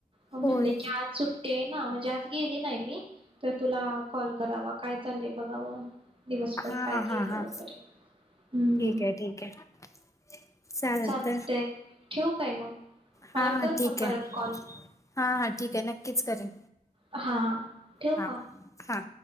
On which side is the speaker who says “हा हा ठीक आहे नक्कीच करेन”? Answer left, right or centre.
Left